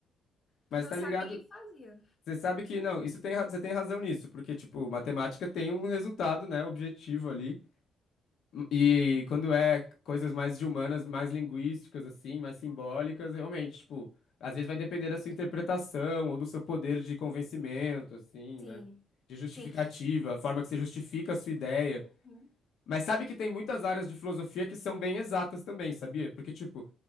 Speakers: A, on the left (about 70°); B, on the left (about 25°).
A: Mas
B: porque eu
A: tá
B: sabia
A: ligado?
B: e fazia.
A: Você sabe que não, isso tem, ra- você tem razão nisso, porque, tipo, matemática tem um resultado, né, objetivo ali. E quando é coisas mais de humanas, mais linguísticas, assim, mais simbólicas, realmente, tipo, às vezes vai depender da sua interpretação ou do seu poder de convencimento, assim,
B: Sim,
A: né? De justificativa,
B: sim.
A: a forma que você justifica a sua ideia.
B: Uhum.
A: Mas sabe que tem muitas
B: Sim,
A: áreas de filosofia que são bem exatas também, sabia? Porque, tipo,